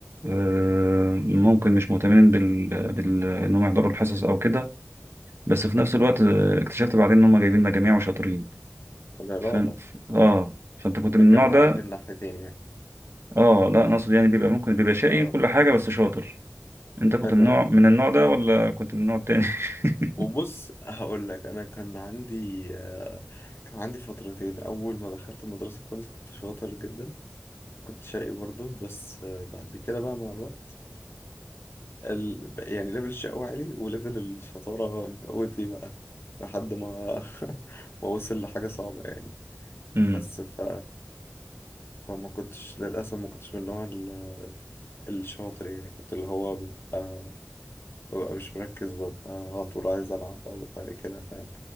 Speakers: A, on the right; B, on the left.
A: آه، ممكن مش مهتمين بال... بال... إن هم يحضروا الحصص أو كده بس في نفس الوقت آه، اكتشفت بعدين إن هم جايبين مجاميع وشاطرين
B: لا
A: ف...
B: لا والله
A: ف- آه فأنت كنت من
B: متجمعين
A: النوع ده
B: الناحيتين يعني
A: اه لا انا اقصد يعني بيبقى ممكن بيبقى شقي
B: اه
A: كل حاجه بس شاطر انت كنت
B: حلو
A: من نوع
B: أوي
A: من النوع ده ولا كنت من النوع التاني <laughs>
B: وبص هقول لك انا كان عندي آه، كان عندي فترتين اول ما دخلت المدرسه خالص كنت شاطر جدا وكنت شقي برضه بس آه، بعد كده بقى مع الوقت ال... يعني ليفل الشقاوة عالي وليفل الشطاره قوتي بقى لحد ما <laughs> ما وصل لحاجه صعبه يعني
A: امم
B: بس ف فما كنتش للأسف ما كنتش من النوع ال- الشاطر يعني كنت اللي هو ببقى, ببقى مش مركز ببقى على طول عايز ألعب ببقى كده فاهم